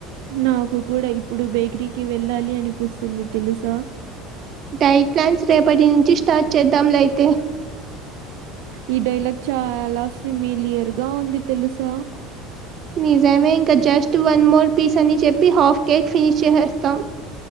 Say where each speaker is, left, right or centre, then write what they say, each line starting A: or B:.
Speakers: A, on the right; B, on the right.
A: నాకు కూడా ఇప్పుడు బేకరీకి వెళ్ళాలి అనిపిస్తుంది తెలుసా
B: డైట్ ప్లాన్స్ రేపటి నుంచి స్టార్ట్ చేద్దాంలే ఆయితే
A: ఈ డైలాగ్ చాలా ఫిమేల్ ఇయర్ గా ఉంది తెలుసా
B: నిజమే ఇంకా జస్ట్ వన్ మోర్ పీస్ అని చెప్పి హాఫ్ కేక్ ఫినిష్ చేస్తాం